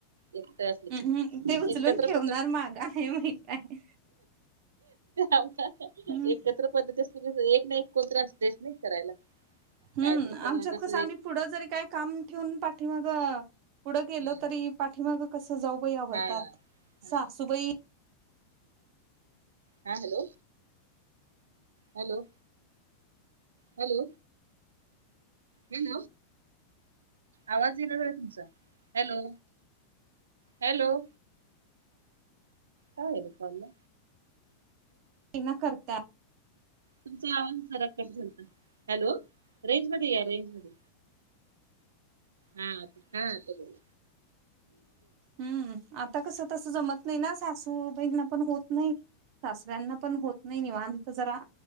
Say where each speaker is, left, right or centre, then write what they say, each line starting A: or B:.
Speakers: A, on the right (about 65°); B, on the right (about 45°).
A: एकट असल
B: हम्म
A: की
B: ते उचलून
A: एकत्र
B: ठेवणार
A: कुठं
B: माग आहे माहित आहे
A: आ
B: हम्म.
A: एकत्र पद्धती अस एक नाही कोणत्र असतेस नाही करायला
B: हम्म
A: कायतरी करायचं
B: आमच्यात
A: अस
B: कसं आम्ही
A: एक
B: पुढं जरी काय काम ठेवून पाठीमाग पुढं गेल
A: हम्म
B: तरी पाठीमाग कस जाऊ आवरतात
A: हा हा
B: सुबई
A: हा हॅलो हॅलो हॅलो हल आवाज दिला आहे तुमचा हॅलो हॅलो काय ह फला
B: ना करत्यात.
A: तुमचा आवाज खरा कमी झालता हॅलो रेंज मध्ये या रेंज मध्ये हा हा त बोल
B: हम्म आता कसं तसं जमत नाही ना सासू बहिण पण होत नाही सासऱ्यांना पण होत नाही निवत जरा